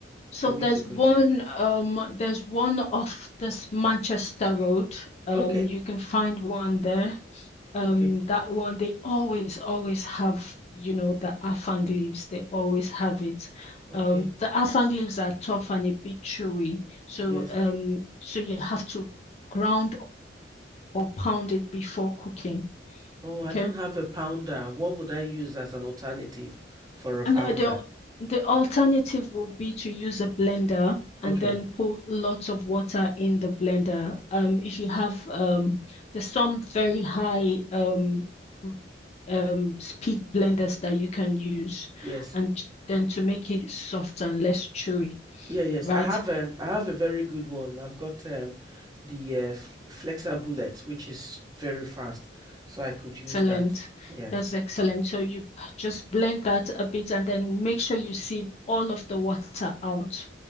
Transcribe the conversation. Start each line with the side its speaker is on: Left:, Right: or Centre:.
Left: So
Right: for
Left: there's
Right: me to go
Left: one
Right: to?
Left: um there's one off this Manchester Road. Um
Right: Okay.
Left: you can find one there. Um
Right: Okay.
Left: that one they always always have, you know, the afang leaves. They always have it.
Right: Okay.
Left: Um the afang leaves are tough and a bit chewy. So
Right: Yes.
Left: um so you have to ground or pound it before cooking.
Right: Oh, I
Left: Okay.
Right: don't have a pounder. What would I use as an alternative for a pounder?
Left: And uh, the the alternative would be to use a blender and
Right: Okay.
Left: then put lots of water in the blender. Um, if you have um, there's some very high um um speed blenders that you can use,
Right: Yes.
Left: and then to make it softer and less chewy,
Right: Yeah, yes.
Left: right?
Right: I have a I have a very good one. I've got um the uh, F- Flexa Bullet, which is very fast, so I could use
Left: Excellent.
Right: that. Yes.
Left: That's excellent. So you just blend that a bit and then make sure you sieve all of the water out.